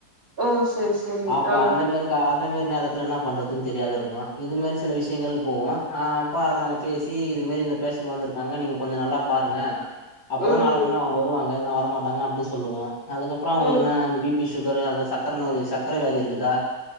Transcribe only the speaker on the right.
ஓ சரி சரி
ஆ
ம்
ம்